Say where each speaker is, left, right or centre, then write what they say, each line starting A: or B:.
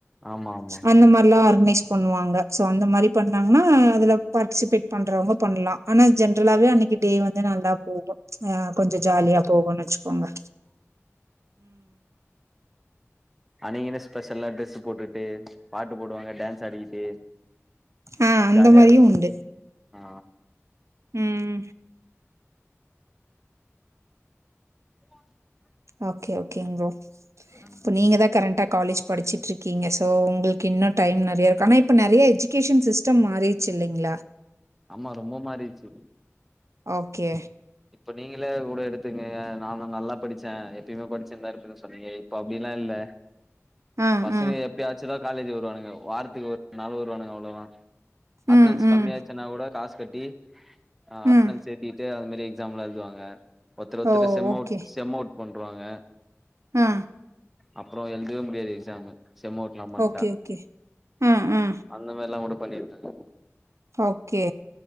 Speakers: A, in the centre; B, on the right (about 70°).
A: ஆமா ஆமா
B: அந்த மாரில்லா ஆர்கனைஸ் பண்ணுவாங்க சோ அந்த மாரி பண்ணாங்கன்னா அதுல பார்ட்டிசிபேட் பண்றவங்க பண்லா ஆனா ஜென்ரலாவே அன்னைக்கு டே வந்து நல்லா போகு ஆ கொஞ்சோ ஜாலியா போகுனு வெச்சுக்கோங்க
A: அன்னைக்கு என்ன சொ ஸ்பெஷல்லா ட்ரெஸு போட்டுட்டு பாட்டு போடுவாங்க டான்ஸ் ஆடிக்கிட்டு
B: ஆ அந்த
A: ஜாலியா
B: மாரியு
A: இருக்கு
B: உண்டு
A: ஆ
B: ம்
A: ஆஹ
B: ஓகே ஓகேங் ப்ரோ
A: ம்
B: இப்ப நீங்கதா கரண்டா காலேஜ் படிச்சிட்டு இருக்கீங்க சோ உங்களுக்கு இன்னு டைம் நெறயா இருக்கு ஆனா இப்ப நெறயா எஜுகேஷன் சிஸ்டம் மாறிடுச்சு இல்லைங்ளா
A: ஆமா ரொம்ப மாறிச்சு
B: ஓகே
A: இப்ப நீங்களே கூட எடுத்துங்க நாங்க நல்லா படிச்சேன் எப்பயுமே படிச்சின்னுதா இருப்பன்னு சொன்னீங்க இப்ப அப்டில்லா இல்ல
B: ஆ
A: பசங்க
B: ஆ
A: எப்யாச்சுதா காலேஜ் வருவானுங்க வாரத்துக்கு <inaudible> வருவானுங்க அவ்ளதா அட்னன்ஸ்
B: ம் ம்
A: கம்மியாச்சுனா கூட காசு கட்டி அட்னன்ஸ்
B: ம்
A: ஏத்திட்டு அது மாரி எக்ஸாம் எல்லா எழுதுவாங்க ஒருத்தர் ஒருத்தர்
B: ஓ
A: செம்
B: ஓகே
A: அவுட் செம் அவுட் பண்ருவாங்க
B: ஆ
A: அப்றோ எழுதவே முடியாது எக்ஸாமு செம் அவுட்ல்லாம் பண்ட்டா
B: ஓகே ஓகே ஆ ஆ
A: அந்த மாரில்லா கூட பண்ணிருக்காங்க
B: ஓகே